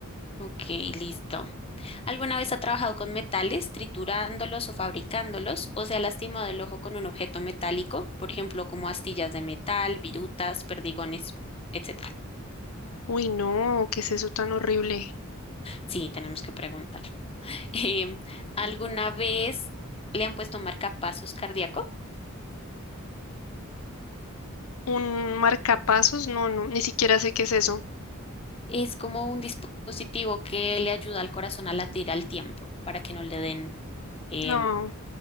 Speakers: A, on the left; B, on the left.
A: Ok, listo. ¿Alguna vez ha trabajado con metales, triturándolos o fabricándolos, o se ha lastimado el ojo con un objeto metálico, por ejemplo, como astillas de metal, virutas, perdigones, etcétera?
B: Uy, no, ¿qué es eso tan horrible?
A: Sí, tenemos que preguntar. <laughs> Em, ¿alguna vez le han puesto marcapasos cardíaco?
B: ¿Un marcapasos? No, no, ni siquiera sé qué es eso.
A: Es como un dispositivo que le ayuda al corazón a latir al tiempo para que no le den, em,
B: No,